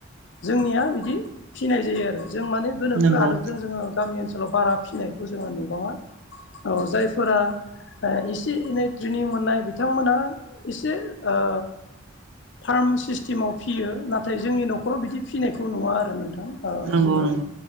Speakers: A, on the left; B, on the right.
A: जोंनिया बिदि फिनाय जायो आरो। जों माने गोनोखो
B: नंगौ
A: आदबजों जोङो गामि ओनसोलाव बारा फिनायखौ जोङो नुबाङा। औ जायफोरा ओ एसे एनै ट्रेनिं मोन्नाय बिथांमोनहा एसे ओ फार्म सिस्टेमाव फि फियो नाथाय जोंनि न'खराव बिदि फिनायखौ नुवा आरो नोंथां ओ
B: नंगौ
A: जोङो
B: नंगौ